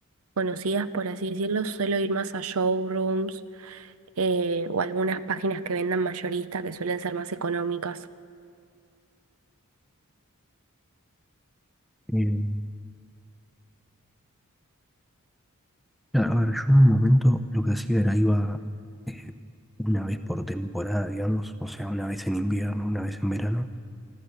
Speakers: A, on the right (about 70°); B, in the centre.
A: conocidas, por así decirlo. Suelo ir más a showrooms eh, o algunas páginas que vendan mayorista, que suelen ser más económicas.
B: Eh, claro, a ver, yo en un momento lo que hacía era iba eh, una vez por temporada, digamos, o sea, una vez en invierno, una vez en verano,